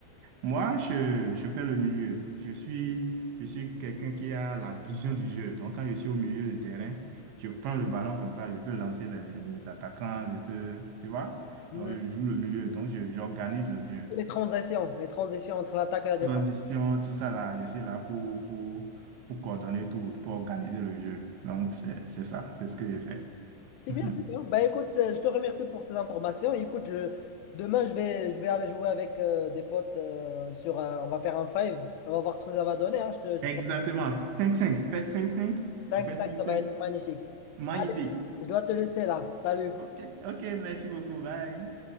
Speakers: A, on the right (about 75°); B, on the left (about 85°).
A: Moi, je, je fais le milieu. Je suis, je suis quelqu'un qui a la vision du jeu. Donc, quand je suis au milieu de terrain, je prends le ballon comme ça, je peux lancer les, les attaquants, je peux, tu vois?
B: Mm.
A: Donc, je joue le milieu. Donc, je- j'organise le jeu.
B: Les transitions, les transitions entre l'attaque et la défense.
A: Transition, tout ça là, je suis là pour, pour, pour coordonner tout, pour organiser le jeu. Donc, c'est, c'est ça, c'est ce que je fais.
B: C'est
A: <laughs>
B: bien, c'est bien. Bah écoute, euh, je te remercie pour ces informations. Et écoute, je, demain je vais, je vais aller jouer avec euh, des potes euh, sur un, on va faire un five, On va voir ce que ça va donner. Hein. Je te,
A: Exactement. cinq cinq Faites cinq cinq
B: 5-5,
A: Vous faites 5-5.
B: ça va être magnifique.
A: Magnifique.
B: Allez, je dois te laisser là. Salut.
A: Ok, ok, merci beaucoup. Bye.